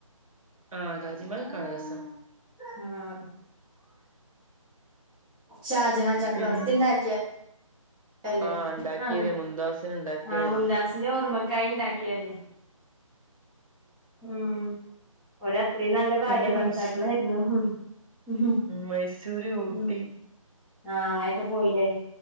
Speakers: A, on the right; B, in the centre.
A: ആ താജ് മഹൽ കാണാരസാ
B: അ ആഹ് ഷാജഹാൻ ചക്രവർത്തിണ്ടാക്കിയ
A: പിൻ
B: അല്ലെ
A: ആഹ് ഇണ്ടാക്കിയത്
B: ആഹ്
A: മുംതാസിന് ഇണ്ടാക്കിയതല്ലേ
B: ആ മുന്താസിന്റെ ഓർമ്മക്കായി ഇണ്ടാ ക്ക്യാല്ലേ ഉം ഉം ഓരത്രിം നല്ല ഭാര്യ
A: പിന്നെ
B: ഭർത്താക്കളായിരുന്നു
A: മൈസൂ
B: ഉം
A: മൈസൂര് ഊട്ടി
B: ഉം ആഹ് അങ്ങനെ ഒക്കെ പോയില്ലേ